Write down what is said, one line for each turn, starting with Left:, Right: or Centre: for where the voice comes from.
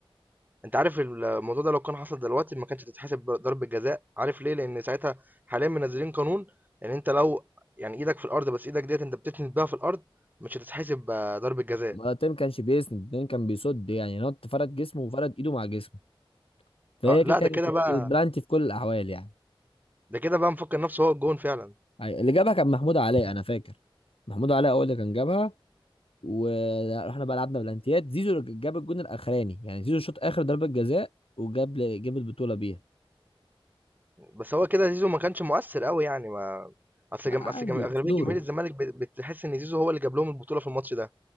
Right: انت عارف الموضوع ده لو كان حصل دلوقتي ما كانتش تتحسب ضربه جزاء عارف ليه لان ساعتها حاليا منزلين قانون ان انت لو يعني ايدك في الارض بس ايدك ديت انت بتتنس بيها في الارض مش هتتحسب آه، ضربه جزاء
Left: مرتين ما تيم كانش بيسند اتنين كان بيصد يعني نط فرد جسمه وفرد ايده مع جسمه فهي
Right: اه
Left: كده
Right: لا
Left: كانت
Right: ده كده
Left: كانت
Right: بقى
Left: بلانتي في كل الاحوال يعني
Right: ده كده بقى مفكر نفسه هو الجون فعلا
Left: اللي جابها كان محمود علاء انا فاكر محمود علاء هو اللي كان جابها ورحنا بقى لعبنا بلانتيات زيزو جاب الجون الاخراني يعني زيزو شاط اخر ضربه جزاء وجاب جاب البطوله بيها
Right: بس هو كده زيزو ما كانش مؤثر قوي يعني ما اصل
Left: لا
Right: جم...
Left: عادي
Right: اصل جم... اغلبيه
Left: في دوره
Right: جماهير الزمالك بت- بتحس ان زيزو هو اللي جاب لهم البطوله في الماتش ده